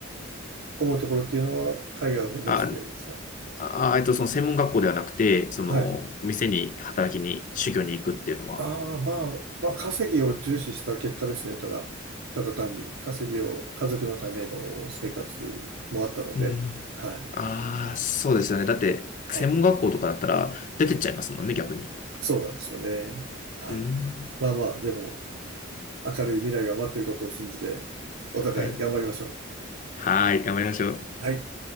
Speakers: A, on the right; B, on the left.
A: 思うところっていうのは、海外を目指してですか
B: あ、あ、あえっとその専門学校ではなくて、その店に働きに修行に行くっていうのは。
A: はい。ああ、まあ、まあ、稼ぎを重視した結果ですね。ただ、ただ単に稼ぎを、家族のための生活もあったので、
B: うん。
A: はい、
B: ああ、そうですよね。だって専門学校とかだったら出てっちゃいますもんね、
A: はい。
B: 逆に。
A: そうなんですよね。はい。
B: うん。
A: まあまあ、でも、明るい未来が待ってることを信じて、お互い頑張りましょう。
B: はい。はい、頑張りましょう。
A: はい。